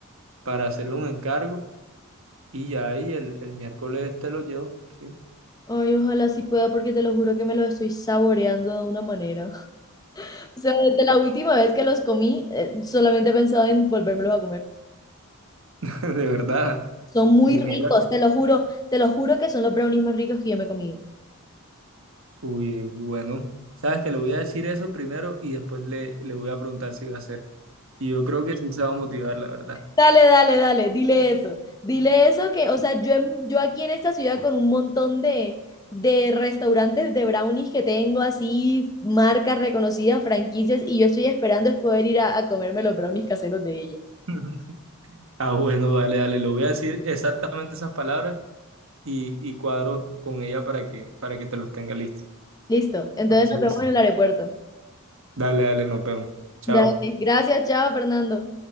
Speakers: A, on the right; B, on the left.
A: para hacerle un encargo y ya ahí el, el miércoles te lo llevo, ¿sí?
B: Ay, ojalá sí pueda porque te lo juro que me lo estoy saboreando de una manera. O sea, desde la última vez que los comí, eh, solamente he pensado en volvérmelos a comer.
A: <laughs> De verdad.
B: Son muy
A: Y mira,
B: ricos, te lo juro, te lo juro que son los brownies más ricos que yo me he comido.
A: Uy, bueno, sabes que le voy a decir eso primero y después le, le voy a preguntar si va a hacer. Y yo creo que sí se va a motivar, la verdad.
B: Dale, dale, dale, dile eso. Dile eso que, o sea, yo, en- yo aquí en esta ciudad con un montón de, de restaurantes de brownies que tengo, así, marcas reconocidas, franquicias, y yo estoy esperando es poder ir a, a comerme los brownies caseros de ella.
A: <laughs> Ah, bueno, dale, dale, le voy a decir exactamente esas palabras y, y cuadro con ella para que, para que te los tenga listos.
B: Listo, entonces
A: Entonces,
B: nos vemos en el aeropuerto.
A: dale, dale, nos vemos. Chao.
B: Dale, gracias, chao, Fernando.